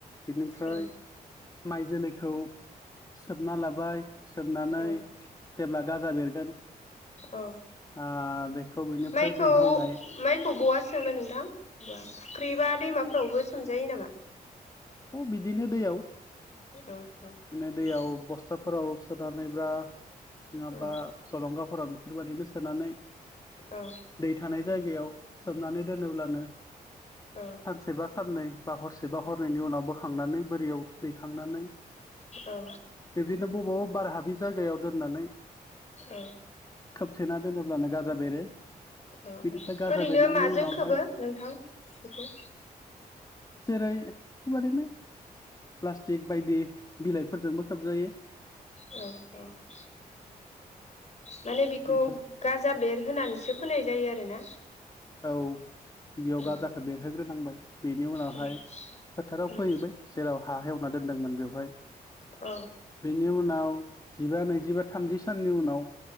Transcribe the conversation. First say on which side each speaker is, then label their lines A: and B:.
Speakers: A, on the left (about 20°); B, on the left (about 40°).
A: बेनिफ्राय
B: उम
A: माइ जोलैखौ सोबना लाबाय सोमनानै
B: औ
A: जेब्ला गाजा बेरगोन
B: औ
A: आ बे
B: माइखौ
A: हेवनाय
B: माइखौ बहा सोमो नोंथां फुख्रि बा दैमाफोरावबो सोमजायो नामा?
A: औ बिदिनो दैयाव बिदिनो
B: औ
A: दैयाव
B: उम
A: बस्टाफोराव <unintelligible> नङाबा
B: औ
A: जलंगाफोरा बेफोरबायदिनो सोनानै
B: औ
A: दै थानाय जायगायाव सोमनानै दोनोब्लानो
B: औ
A: सानसेबा साननै बा हर से बा हर नैनि उनाव बोखांनानै बोरियाव दैखांनानै
B: औ
A: बेबदिनो बबाव बार हाबि जायगायाव दोननानै
B: औ
A: खोबथेना दोनोब्लानो गाजा बेरो
B: अ
A: बिनिफ्राय
B: अ
A: गाजा
B: ओरैनो
A: बेरनायनि
B: माजों
A: उनावहाय
B: खोबो नोंथां बेखौ
A: जेरै बेबादिनो प्लास्टिक बायदि बिलाइफोरजोंबो खोबजायो
B: औ औ माने बेखौ
A: बेफोर
B: गाजा बेर होनानैसो फोनाय जायो आरोना
A: औ गिबियाव
B: उम
A: गाजाखौ बेरहोग्रोनांबाय बेनि उनावहाय
B: उम
A: फोथाराव फोहैबाय
B: उम
A: जेराव हा हेवना दोनदोंमोन बेवहाय
B: औ
A: बेनि उनाव जिबा नैजिबा थामजि साननि उनाव